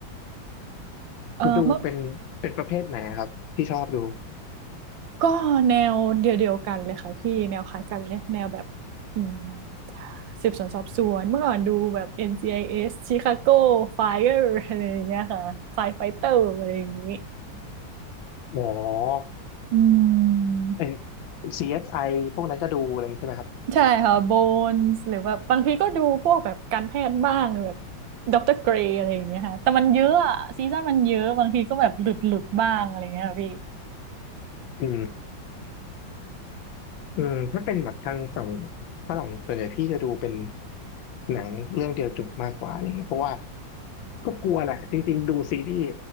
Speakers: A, on the right; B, on the left.
A: เออเมื่อ
B: ดูเป็นเป็นประเภทไหนครับที่ชอบดู
A: ก็แนวเดียวเดียวกันเลยค่ะพี่แนวคล้ายกันเลยแนวแบบอืมสืบสวนสอบสวนเมื่อก่อนดูแบบ NCIS Chicago Fire อะไรอย่างเงี้ยค่ะ Fire Fighter อะไรอย่างงี้
B: อ๋อ
A: อืม
B: ไอ CSI พวกนั้นก็ดูอะไรใช่ไหมครับ
A: ใช่ค่ะโบนส์หรือว่าบางทีก็ดูพวกแบบการแพทย์บ้างแบบด็อกเตอร์เกรย์อะไรอย่างเงี้ยค่ะแต่มันเยอะอะซีซั่นมันเยอะบางทีก็แบบหลุดหลุดบ้างอะไรเงี้ยค่ะพี่
B: อืม อืมถ้าเป็นแบบทางฝั่งฝรั่งส่วนใหญ่พี่จะดูเป็นหนังเรื่องเดียวจบมากกว่าอะไรเงี้ยเพราะว่าก็กลัวแหละจริงๆดูซีรีส์